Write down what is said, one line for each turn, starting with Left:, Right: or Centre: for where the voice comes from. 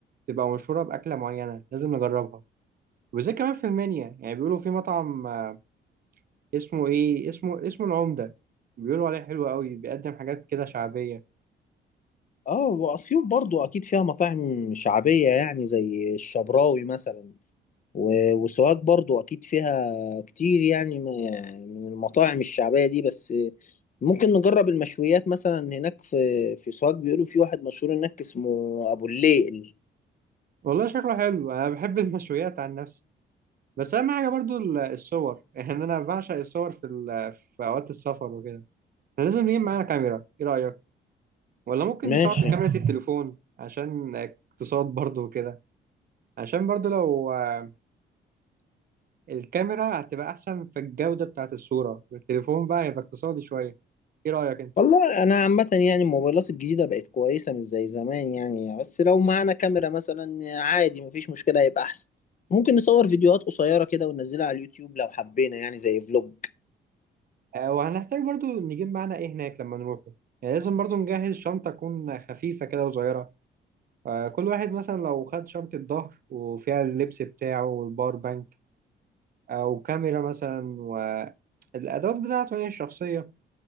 Right: تبقى مشهورة بأكلة معينة لازم نجربها وزي كمان في المنيا يعني بيقولوا في مطعم آه، اسمه ايه اسمه اسمه العمدة بيقولوا عليه حلو قوي بيقدم حاجات كده شعبية
Left: اه وأسيوط برضو أكيد فيها مطاعم شعبية يعني زي الشبراوي مثلا و... وسوهاج برضو أكيد فيها كتير يعني م- من المطاعم الشعبية دي بس ممكن نجرب المشويات مثلا هناك في في سوهاج بيقولوا في واحد مشهور هناك اسمه أبو الليل
Right: والله شكله حلو انا بحب المشويات عن نفسي بس اهم حاجة برضو ال- الصور <laughs> يعني انا بعشق الصور في ال- في اوقات السفر وكده احنا لازم نجيب معانا كاميرا ايه رأيك ولا ممكن
Left: ماشي
Right: نصور بكاميرا التليفون عشان اقتصاد برضو وكده عشان برضو لو آه، الكاميرا هتبقى احسن في الجودة بتاعت الصورة التليفون بقى هيبقى اقتصادي شوية ايه رأيك انت
Left: والله انا عامه يعني الموبايلات الجديده بقت كويسه مش زي زمان يعني بس لو معانا كاميرا مثلا عادي مفيش مشكله هيبقى احسن ممكن نصور فيديوهات قصيره كده وننزلها على اليوتيوب لو حبينا يعني زي فلوج
Right: آه، وهنحتاج برضو نجيب معانا ايه هناك لما نروح يعني لازم برضو نجهز شنطة تكون خفيفة كده وصغيرة آه، كل واحد مثلا لو خد شنطة ظهر وفيها اللبس بتاعه والباور بانك أو كاميرا مثلا والأدوات بتاعته هي الشخصية